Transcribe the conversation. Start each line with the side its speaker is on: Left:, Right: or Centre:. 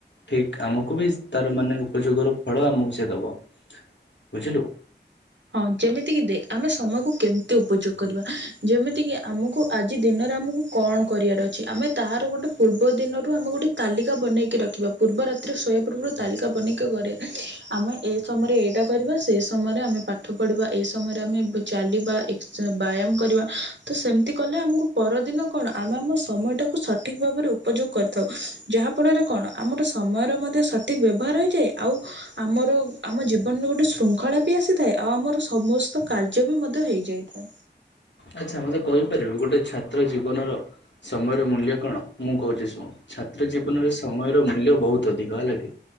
Left: ଠିକ୍ ଆମକୁ ବି ତାର ମାନେ ଉପଯୋଗର ଫଳ ଆମକୁ ସେ ଦେବ। ବୁଝିଲୁ।
Right: ହଁ ଯେମିତି କିି ଦେଖ ଆମେ ସମୟକୁ କେମିତି ଉପଯୁକ କରିବା ଯେମିତିକି ଆମକୁ ଆଜି ଦିନରେ ଆମକୁ କଣ କରିବାର ଅଛି ଆମେ ତାର ଗୋଟେ ପୂର୍ବ ଦିନରୁ ଆମେ ଗୋଟେ ତାଲିକା ବନେଇକି ରଖିବା ପୂର୍ବ ରାତିରରେ ଶୋଇବା ପୂର୍ବରୁ ତାଲିକା ବନେଇକି ଗରେ ଆମେ ଏଇ ସମୟରେ ଏଇଟା କରିବା ସେଇ ସମୟରେ ଆମେ ପା ପାଠ ପଢ଼ିବା ଏ ସମୟରେ ଆମେ ଚାଲିବା। ବ୍ୟାୟାମ କରିବା ତ ସେମିତି କଲେ ଆମକୁ ପରଦିନ କଣ ଆମେ ଆମ ସମୟଟାକୁ ସଠିକ୍ ଭାବରେ ଉପଯୋଗ କରିଥାଉ। ଯାହା ଫଳରେ କଣ ଆମର ସମୟର ମଧ୍ୟ ସଠିକ୍ ବ୍ୟବହାର ହୋଇଯାଏ। ଆଉ ଆମର ଆମ ଜୀବନରେ ଗୋଟେ ଶୃଙ୍ଖଳା ବି ଆସିଥାଏ। ଆଉ ଆମର ସମସ୍ତ କାର୍ଯ୍ୟ ବି ମଧ୍ୟ ହେଇ ଯାଇଥାଏ।
Left: ଆଚ୍ଛା ମତେ କହିପାରିବି ଗୋଟେ ଛାତ୍ର ଜୀବନର ସମୟର ମୂଲ୍ୟ କଣ? ମୁଁ କହୁଛି ଶୁଣ। ଛାତ୍ର ଜୀବନରେ ସମୟର ମୂଲ୍ୟ ବହୁତ ଅଧିକ ହେଲା କି